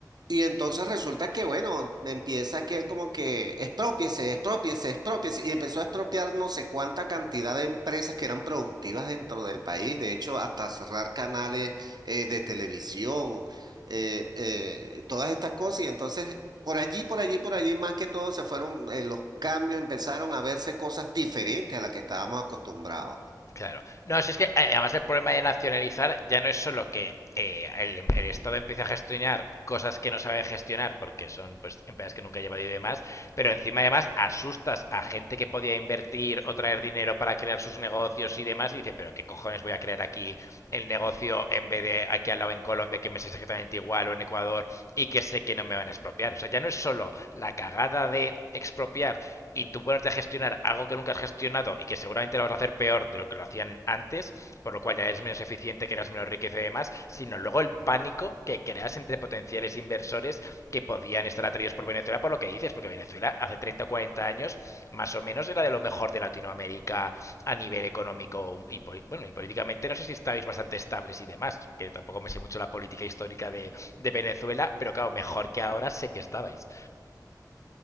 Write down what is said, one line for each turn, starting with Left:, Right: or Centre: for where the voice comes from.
Right: Y entonces resulta que, bueno, empieza que él como que expropiese, expropiese, expropiese, y empezó a expropiar no sé cuánta cantidad de empresas que eran productivas dentro del país, de hecho, hasta cerrar canales eh, de televisión, eh, eh, todas estas cosas, y entonces por allí, por allí, por allí, más que todo se fueron eh, los cambios, empezaron a verse cosas diferentes a las que estábamos acostumbrados.
Left: Claro. No, si es que eh, además el problema de nacionalizar ya no es solo que eh, el, el Estado empiece a gestionar cosas que no sabe gestionar porque son pues empresas que nunca ha llevado y demás, pero encima además asustas a gente que podía invertir o traer dinero para crear sus negocios y demás y dice, pero qué cojones voy a crear aquí el negocio en vez de aquí al lado en Colombia que me es exactamente igual o en Ecuador y que sé que no me van a expropiar. O sea, ya no es solo la cagada de expropiar y tú ponerte a gestionar algo que nunca has gestionado y que seguramente lo vas a hacer peor de lo que lo hacían antes, por lo cual ya eres menos eficiente, que eras menos riqueza y demás, sino luego el pánico que creas entre potenciales inversores que podían estar atraídos por Venezuela por lo que dices, porque Venezuela hace 30 o 40 años más o menos era de lo mejor de Latinoamérica a nivel económico y, bueno, y políticamente no sé si estáis bastante estables y demás, que tampoco me sé mucho la política histórica de, de Venezuela, pero claro, mejor que ahora sé que estabais.